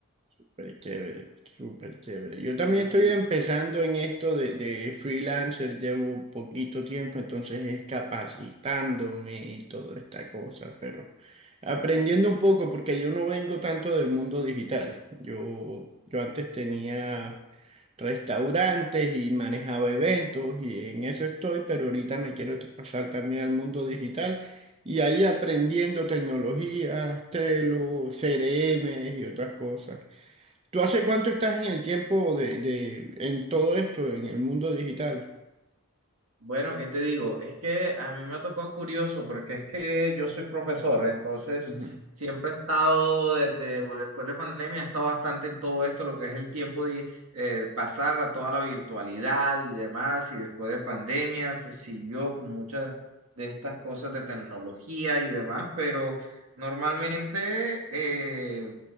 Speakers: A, on the right; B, on the right.
A: Súper chévere, súper chévere. Yo
B: Sí,
A: también
B: sí.
A: estoy empezando en esto de, de freelancer, llevo poquito tiempo, entonces es capacitándome y toda esta cosa, pero aprendiendo un poco porque yo no vengo tanto del mundo digital. Yo, yo antes tenía restaurantes y manejaba eventos y en eso estoy, pero ahorita me quiero t- pasar también al mundo digital. Y ahí aprendiendo tecnologías, Trello, CRM y otras cosas. ¿Tú hace cuánto estás en el tiempo de, de- en todo esto, en el mundo digital?
B: Bueno, ¿qué te digo? Es que a mí me ha tocado curioso porque es que yo soy profesor, entonces
A: Ujú.
B: siempre he estado desde o después de pandemia, he estado bastante en todo esto, lo que es el tiempo de eh, pasar a toda la virtualidad y demás, y después de pandemia se siguió con muchas de estas cosas de tecnología y demás, pero normalmente eh,